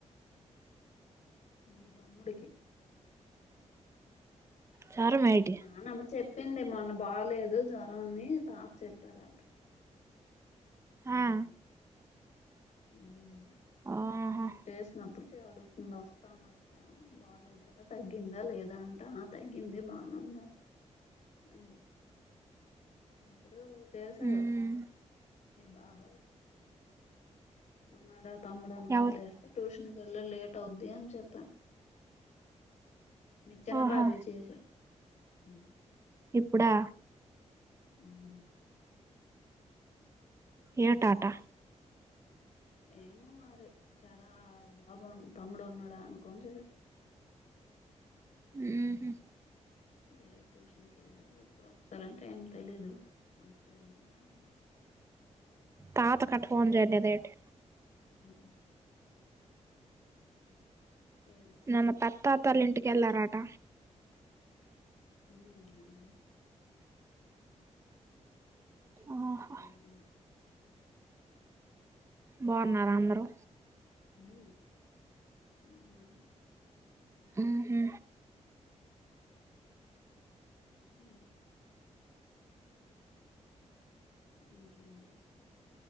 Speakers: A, on the left; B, on the right.
A: నీ తమ్ముడికి
B: జరం మేటి
A: నానమ్మ చెప్పింది మొన్న బాగలేదు జ్వరం ఉంది తాత చెప్పారంట ఉమ్
B: ఆ
A: ఉ
B: ఓహో
A: మన చేసినప్పుడు ఎదో అడుగుతుంది వస్తానక్క బాగలేదట తగ్గిందా లేదా అంట ఆ తగ్గింది బానె ర అని చెప్ ఇప్పుడూ చేసాడు
B: మ్మ్
A: మీ బాబాయి ఉన్నాడా తమ్ముడు అనుకొని
B: ఎవరు
A: చేస్తే ట్యూషన్ ఇవళ్ళ లేట్ అవుద్ది అని చెప్పాన్ మి చిన్న
B: ఓహో
A: బాబాయి చేసా ఉహ్
B: ఇప్పుడా
A: ఉహ్
B: ఏంటటా
A: ఏమో మరి చరా బాబ తమ్ముడు ఉన్నాడా అనుకొని చెస
B: ఊహు
A: లేద్ ట్యూషన్కి వెళ్ళ ఎప్పుడొస్ వస్తారంటే ఏం తెలిదు అంటే ఏమవుతన్
B: తాత కట్ట ఫోన్ జెయిలేదేంటి
A: ఉ ఉ చేయలే
B: నిన్న పెత్తాతళ్ళ ఇంటికి వెళ్ళారట
A: ఊ ఎళ్ళాం
B: ఓహో
A: ఎళ్ళమెళ్ళం
B: బాగున్నారా అందరు
A: ఊ మనం
B: ఊహు
A: ఊ ఇంకేంతి